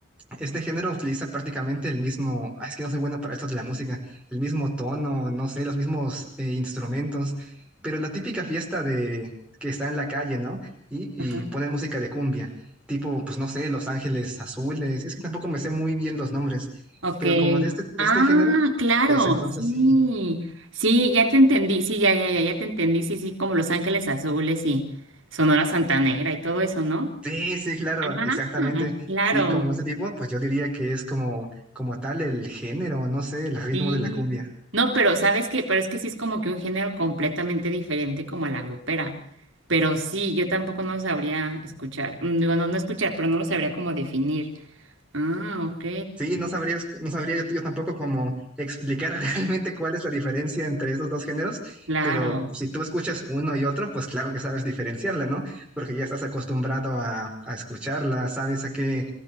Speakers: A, in the centre; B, on the right.
A: Este género utiliza prácticamente el mismo, ah, es que no soy bueno para esto de la música, el mismo tono, no sé, los mismos eh, instrumentos, pero la típica fiesta de que está en la calle, ¿no? Y,
B: Ajá.
A: y ponen música de cumbia, tipo, pues no sé, Los Ángeles Azules, es que tampoco me sé muy bien los nombres,
B: Ok.
A: pero como de este,
B: Ah,
A: de este género,
B: claro,
A: pues entonces
B: sí.
A: sí,
B: Sí, ya te entendí. Sí, ya, ya, ya, ya te entendí. Sí, sí, como Los Ángeles Azules y Sonora Santanera y todo eso, ¿no?
A: sí, sí, claro,
B: Ah,
A: exactamente,
B: claro.
A: sí, como este tipo, pues yo diría que es como, como tal el género, no sé, el ritmo
B: Sí.
A: de la cumbia.
B: No, pero sabes que, pero es que sí es como que un género completamente diferente como a la grupera. Pero sí, yo tampoco no sabría escuchar. Mm, Digo, no, no escuchar, pero no lo sabría como definir. Ah, ok.
A: Sí, no sabría, no sabría yo, yo tampoco cómo explicar <laughs> realmente cuál es la diferencia entre estos dos géneros,
B: Claro,
A: pero pues, si tú escuchas uno y otro, pues claro que sabes diferenciarla, ¿no? Porque ya estás acostumbrado a, a escucharla, sabes a qué